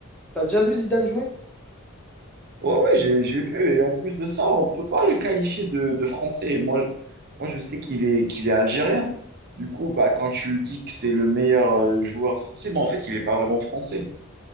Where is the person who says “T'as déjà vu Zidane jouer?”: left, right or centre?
Centre